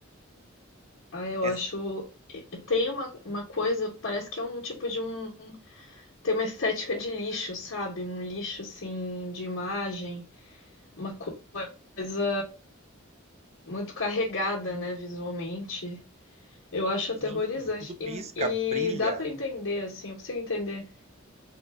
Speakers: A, on the left (about 90°); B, on the right (about 30°).
A: Ah, eu
B: É
A: acho. e- Tem uma, uma coisa, parece que é um tipo de um. Tem uma estética de lixo, sabe? Um lixo, assim, de imagem. Uma coisa muito carregada, né, visualmente. Eu acho aterrorizante.
B: sim, tudo pisca,
A: E,
B: brilha.
A: e dá pra entender, assim, eu consigo entender.